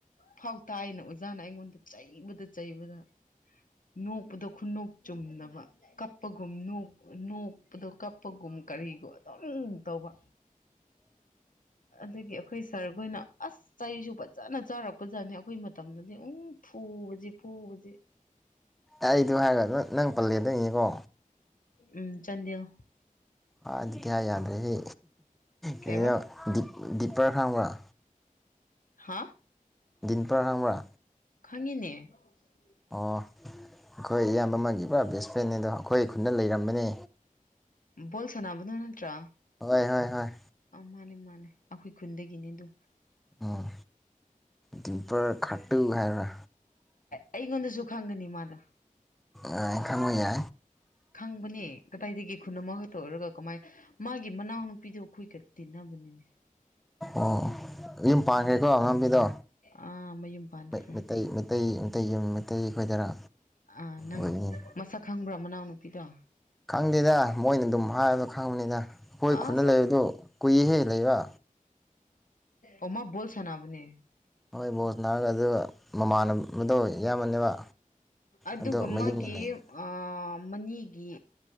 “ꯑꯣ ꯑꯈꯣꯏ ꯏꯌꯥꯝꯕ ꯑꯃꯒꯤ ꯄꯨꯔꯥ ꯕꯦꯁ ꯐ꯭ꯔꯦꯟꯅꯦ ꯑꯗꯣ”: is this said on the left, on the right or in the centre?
Centre